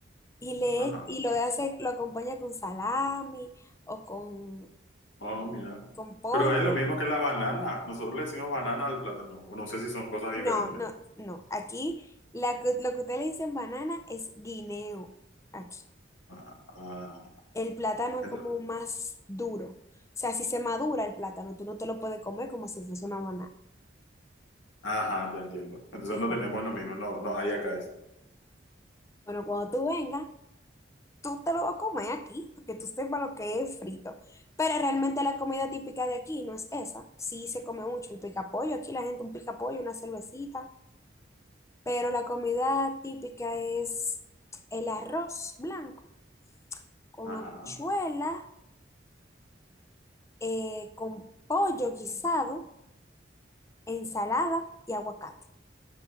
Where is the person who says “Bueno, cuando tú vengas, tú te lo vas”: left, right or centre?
Left